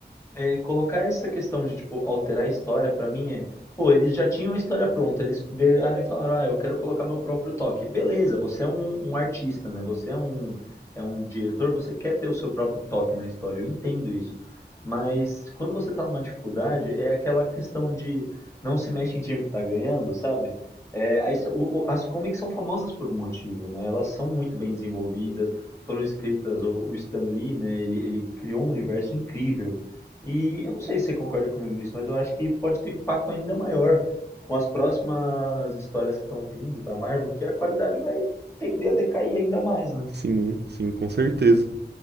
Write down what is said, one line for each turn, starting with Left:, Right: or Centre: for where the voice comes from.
Left: é, colocar essa questão de, tipo, alterar a história, pra mim é. Pô, eles já tinham a história pronta, eles viraram e falaram, ah, eu quero colocar meu próprio toque. Beleza, você é um, um artista, né? Você é um, é um diretor, você quer ter o seu próprio toque na história, eu entendo isso. Mas quando você tá numa dificuldade, é aquela questão de não se mexe em time que tá ganhando, sabe? É, aí so- o- o- as comics são famosas por um motivo, né? Elas são muito bem desenvolvidas, foram escritas, o, o Stan Lee, né? Ele, ele criou um universo incrível. E eu não sei se você concorda comigo nisso, mas eu acho que pode ter um impacto ainda maior com as próximas histórias que estão vindo da Marvel, que a qualidade vai tender a decair ainda mais, né?
Right: Sim, sim, com certeza.